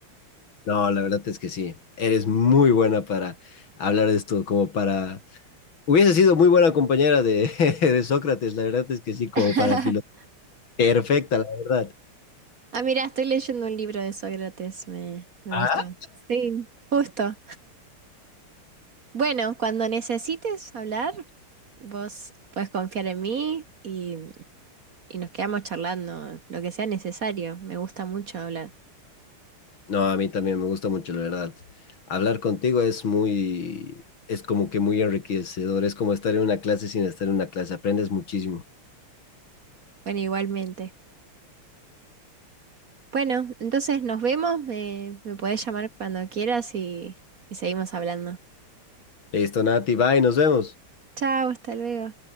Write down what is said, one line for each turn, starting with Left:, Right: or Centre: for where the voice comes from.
Left: No, la verdad es que sí. Eres muy buena para hablar de esto, como para... Hubiese sido muy buena compañera de, <laughs> de Sócrates, la verdad es que sí, como
Right: <laughs>
Left: para filo. Perfecta, la verdad.
Right: Ah, mira, estoy leyendo un libro de Sócrates, me, me
Left: Ah.
Right: gusta. Sí, justo. Bueno, cuando necesites hablar, Vos podés confiar en mí y, y nos quedamos charlando lo que sea necesario. Me gusta mucho hablar.
Left: No, a mí también me gusta mucho, la verdad. Hablar contigo es muy, es como que muy enriquecedor. Es como estar en una clase sin estar en una clase. Aprendes muchísimo.
Right: Bueno, igualmente. Bueno, entonces nos vemos. Me, me podés llamar cuando quieras y, y seguimos hablando.
Left: Listo, Nati, bye, nos vemos.
Right: Chao, hasta luego.